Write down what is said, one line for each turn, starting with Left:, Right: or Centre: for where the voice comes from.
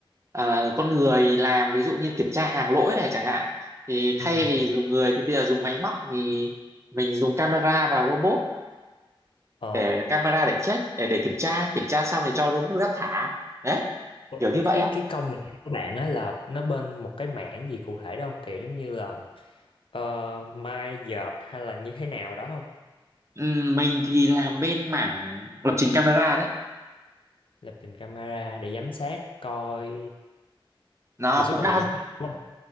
Right: à, con người làm ví dụ như kiểm tra hàng lỗi này chẳng hạn thì
Left: Ừ.
Right: thay vì
Left: ừ.
Right: dùng người thì bây giờ dùng máy móc thì mình dùng camera và robot
Left: Ờ.
Right: để camera để check để để kiểm tra kiểm tra xong thì cho robot rác thả đấy kiểu như
Left: cái
Right: vậy
Left: cái
Right: á
Left: cái công này của bạn á là nó bên một cái mảng gì cụ thể đó không kiểu giống như là ờ, mai dợt hay là như thế nào đó không
Right: Ừm, mình thì làm bên mảng lập trình camera đấy
Left: lập trình camera để giám sát coi
Right: nó
Left: hiệu suất
Right: cũng
Left: công
Right: đa
Left: việc như thế nào đúng không